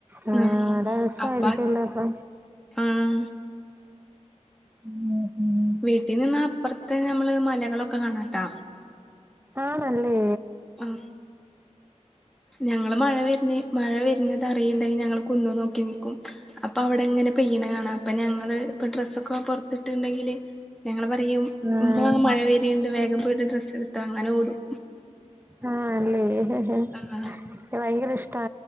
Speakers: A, on the right (about 15°); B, in the centre.
A: ആ
B: ആഹ്
A: അടെ രസയിരിക്കല്ലോ
B: അപ്പ
A: അപ്പൊ
B: ആഹ്
A: ഉം ഉം
B: വീട്ടിൽ നിന്ന അപ്പറത്ത് ഞമ്മള് മലകളൊക്കെ കാണാട്ടാ
A: ആണല്ലേ
B: ആഹ് ഞങ്ങള് മഴ വര്നെ മഴ വര്നത് അറിയ്ണ്ടെയി ഞങ്ങള് കുന്ന് നോക്കി നിക്കും അപ്പ അവിടെങ്ങനെ പെയ്യ്ണെ കണാ അപ്പ ഞങ്ങള് ഇപ്പ ഡ്രസ്സൊക്കെ പൊറത്ത്ട്ട്ണ്ടെങ്കില് ഞങ്ങള് പറയും
A: ആഹ്
B: ഉമ്മാ മഴ വെര്ണ്ട് വേഗം പോയിട്ട് ഡ്രസ്സ് ഇട്ത്തോ അങ്ങനെ ഓടും
A: ആഹ് അല്ലേ ക്ക്
B: ആഹ്
A: ഭയങ്കര ഇഷ്ട്ടാ